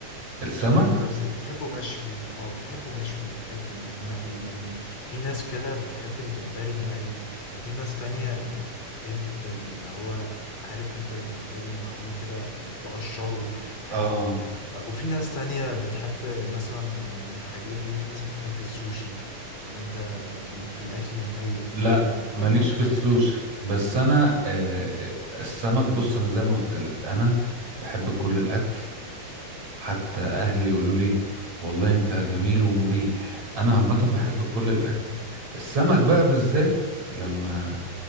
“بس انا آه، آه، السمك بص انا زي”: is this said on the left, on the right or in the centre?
Right